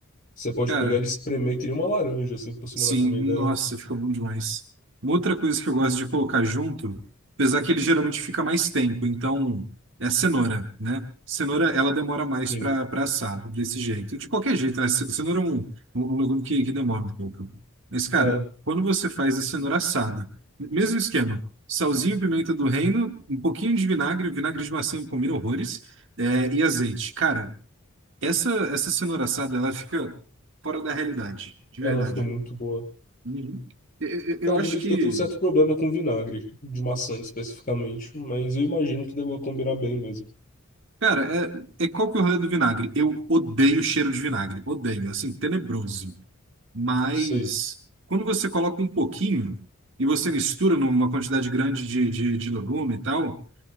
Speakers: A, on the left (about 40°); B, on the right (about 55°).
A: Você pode
B: Cara,
A: pegar ele e espremer que nem uma laranja, assim, por cima
B: Sim,
A: da comida,
B: nossa,
A: né?
B: fica bom demais. Uma outra coisa que eu gosto de colocar junto, apesar que ele geralmente fica mais tempo, então é cenoura, né? Cenoura, ela demora mais
A: Sim.
B: para para assar, desse jeito. De qualquer jeito, né? Ce- Cenoura é um, um, um legume que, que demora um pouco. Mas, cara,
A: É,
B: quando você faz a cenoura assada, mesmo esquema, salzinho, pimenta do reino, um pouquinho de vinagre, vinagre de maçã combina horrores, é, e azeite. Cara, essa, essa cenoura assada, ela fica fora da realidade, de
A: ela
B: verdade.
A: fica muito boa.
B: Uhum. Eu, eu- eu
A: Admito
B: acho que.
A: que eu tenho um certo problema com vinagre, de maçã especificamente, mas eu imagino que deva combinar bem mesmo.
B: Cara, é, é qual que é o rolê do vinagre? Eu odeio o cheiro de vinagre. Odeio, assim, tenebroso. Mas
A: Sei,
B: quando você coloca um pouquinho e você mistura numa quantidade grande de, de, de legume e tal,